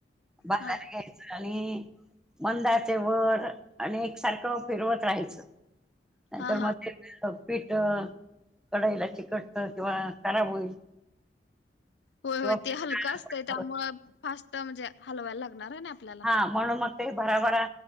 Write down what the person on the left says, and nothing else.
हा
हा
हा
होय-होय
ते हलका
असतय त्यामुळे
फास्ट म्हणजे हलवायला लाग णार आहे ना आपल्याला